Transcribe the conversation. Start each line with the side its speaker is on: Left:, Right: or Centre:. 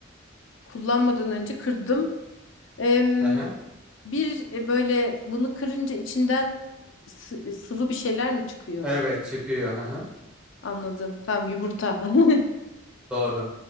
Left: Kullanmadan önce kırdım. Em,
Centre: Hı hı.
Left: bir e, böyle bunu kırınca içinden sı- sıvı bir şeyler mi çıkıyor?
Centre: Evet çıkıyor. Hı hı.
Left: Anladım. Tamam yumurta. <laughs>
Centre: Doğru.